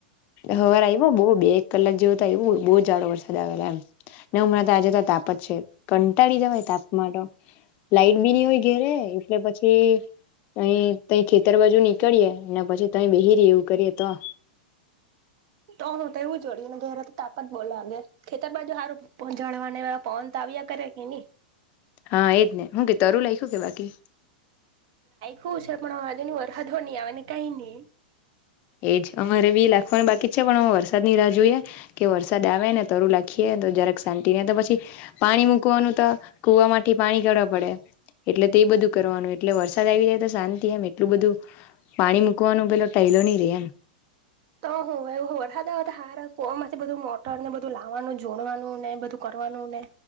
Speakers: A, on the left; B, on the right.
A: હવે આઇવો બઉ બે એક કલાક જેવું તો આઇવું બહુ જાડો વરસાદ આવેલો એમને હમણાં તો આજે તો પછી કંટાળી જવાય તાપમા તો. લાઈટ બી ની હોય ઘેરે એટલે પછી અહી તઈ ખેતર બાજુ નીકળીએે અને પછી તહી બેહી રહીએ એવું કરીએ તો <inaudible>
B: તો હું તો એવું જોડીએ ને જ તાપ જ બો લાગે ખેતર બાજુ હારુ ઝાડવા ને પવન આવ્યા કરે કે ની.
A: હા એજ ને હું કે તારું લઈગ્યુ કે બાકી.
B: <unintelligible>
A: એજ અમારે બી લખવાનું બાકી છે પણ અ વરસાદની રાહ જોઈએ કે વરસાદ આવે ને તરું લખી એ તો જરાક શાંતિ ને તો પછી પાણી મૂકવાનું તો કુવામાં થી પાણી કરવા પડે. એટલે તે બધું કરવાનું એટલે વરસાદ આઈવી જાય તો શાંતિ એમ એટલું બધું પાણી મૂકવાનું પેલો તૈલો નઈ રે એમ.
B: તો હું વરહુ વરસાદ આવે તો હાર કુવામાં બધું મોટર ને બધું લાવવાનું જોડવાનું ને બધું કર વનું ને.